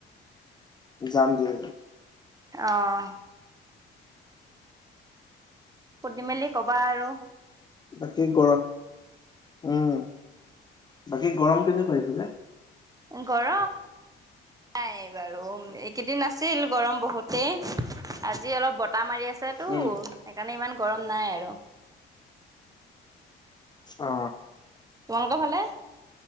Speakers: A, on the left; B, on the right.
A: যাম দিয়া যা
B: অহ। সুধি মেলি কবা আৰু।
A: বাকী ক উম। বাকী গৰম কেনেকুৱা এইফালে?
B: গৰ নাই বাৰু এইকেইদিন আছিল গৰম বহুতেই। আজি অলপ বতাহ মাৰি আছেটো
A: উম
B: সেইকাৰণে ইমান গৰম নাই আৰু।
A: অ
B: তোমালোকৰফালে